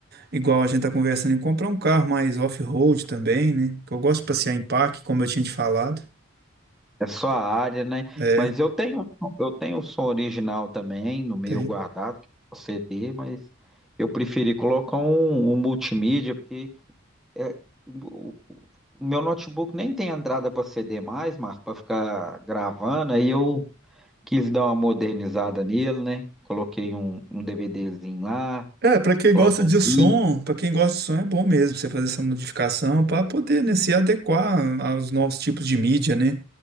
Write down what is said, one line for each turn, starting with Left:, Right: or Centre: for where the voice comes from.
Right: igual a gente tá conversando, em comprar um carro mais off-road também, né? Que eu gosto de passear em parque, como eu tinha te falado.
Centre: É só a área, né?
Right: É,
Centre: Mas eu tenho, eu tenho o som original também no meu
Right: tem.
Centre: guardado, que é o CD, mas eu preferi colocar um, um multimídia, porque é, o, o meu notebook nem tem entrada para CD mais, Marco, para ficar gravando, aí eu Quis dar uma modernizada nele, né? Coloquei um, um DVDzinho lá,
Right: É, pra quem
Centre: coloco
Right: gosta
Centre: uns
Right: de
Centre: vídeos.
Right: som, pra quem gosta de som é bom mesmo você fazer essa modificação pra poder, né, se adequar aos novos tipos de mídia, né?